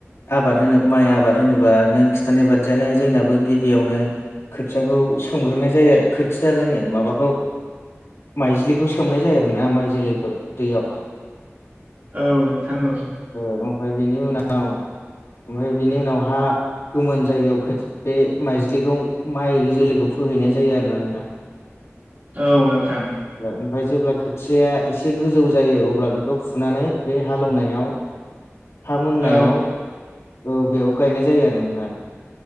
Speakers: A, on the left; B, on the right.
A: आबाद होनो माइ आबाद होनोबा नों खिन्थानाय बादियानो जोंनाबो गिबियावनो खोथियाखौ सोमग्रोनाय जायो आरो खोथियालायनो माबाखौ माइज्लिखौ सोमनाय जायो आरोना माइ जोलैखौ दैयाव।
B: औ नोंथां औ
A: ओमफ्राय बेनि उनाव ओमफ्राय बिनि उनावहा गोमोन जायगायाव बे माइज्लिखौ माइ जोलैखौ फोहैनाय जायो आरो ना नोंथां।
B: औ नोंथां
A: ओमफ्राय जेब्ला खोथिया एसे गोजौ जायो अब्ला बेखौ फुनानै बे हालेवनायाव हा मोननायाव
B: औ
A: औ बेयाव गायनाय जायो आरो नोंथां।